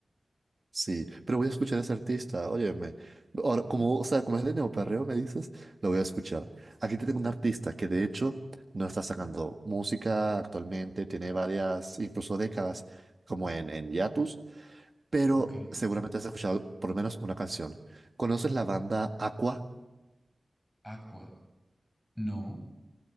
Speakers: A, on the right (about 40°); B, in the centre.
A: Sí, pero voy a escuchar a ese artista, óyeme. Ahora,
B: Ujú,
A: como, o sea, como es de neoperreo, me dices, lo voy a escuchar. Aquí te tengo un artista que de hecho no está sacando música actualmente, tiene varias, incluso décadas, como en, en hiatus, pero
B: Ok.
A: seguramente has escuchado por lo menos una canción. ¿Conoces la banda Aqua?
B: Aqua. No.